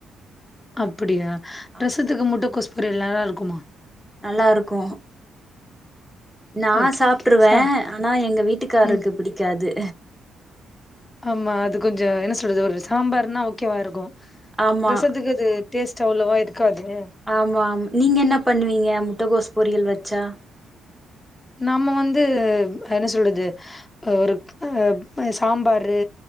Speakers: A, on the left; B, in the centre.
A: அப்டியா ரசத்துக்கு
B: அப்றோ
A: முட்டை கோஸ் பொரியல் நல்லா இருக்குமா
B: நல்லா இருக்கு நா
A: ஓகே
B: சாப்ட்ருவே
A: ஓகே சா
B: ஆனா எங்க வீட்டுக்காரருக்கு
A: ம்
B: புடிக்காது
A: ஆமா அது கொஞ்சோ என்ன சொல்றது ஒரு சாம்பார்னா ஓகேவா இருக்கு
B: ஆமா
A: ரசத்துக்கு அது டேஸ்ட் அவ்ளவா இருக்காதே
B: ஆமாம் நீங்க என்ன பண்ணுவீங்க முட்டகோஸ் பொரியல் வச்சா
A: நாம்ம வந்து என்ன சொல்றது அ ஒரு அ சாம்பாரு